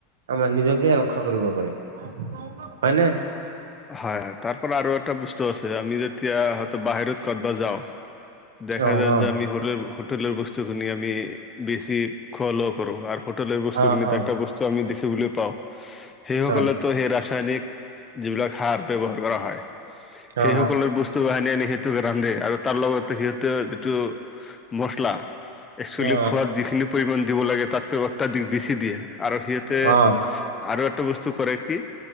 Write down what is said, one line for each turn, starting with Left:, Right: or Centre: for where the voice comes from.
Right: আমাৰ নিজকে ৰক্ষা কৰিব পাৰিম হয় নে
Left: হয় হয় তাৰ পৰা আৰু এটা বস্তু আছে আমি যেতিয়া হয়টো বাহিৰত ক'ৰবাত যাও দেখা
Right: অ
Left: যায়
Right: অ
Left: যে আমি হোটেলৰ হোটেলৰ বস্তুখিনি আমি বেছি খোৱা লোৱা কৰো আৰু তল বস্তুখিনিত
Right: অ অ
Left: একটা বস্তু আমি দেখিবলৈ পাওঁ সেইসকলেতো
Right: অ
Left: সেই ৰাসায়নিক যিবিলাক সাৰ ব্যৱহাৰ কৰা হয়
Right: অ
Left: সেই
Right: অ
Left: সকলৰ বস্ত- চ হানী আনি সিহটোকে ৰান্ধে আৰু তাৰ লগতে সিহঁতে যিটো মচলা একচুৱেলি
Right: অ
Left: খোৱাত যিখিনি পৰিমাণ দিব লাগে তাতো অত্যাধিক বেছি দিয়ে আৰু সিহঁতে
Right: অ অ
Left: আৰু এটা বস্তু কৰে কি